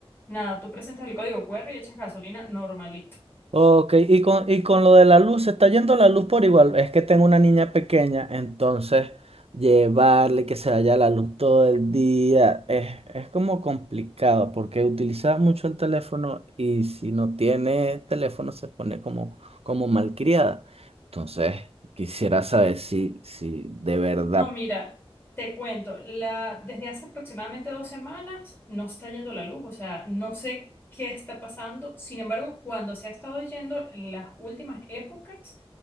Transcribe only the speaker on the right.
Ok, y con, y con lo de la luz, se está yendo la luz por igual. Es que tengo una niña pequeña, entonces llevarle que se vaya la luz todo el día es, es como complicado porque utiliza mucho el teléfono y si no tiene teléfono se pone como, como malcriada. Entonces, quisiera saber si, si de verdad.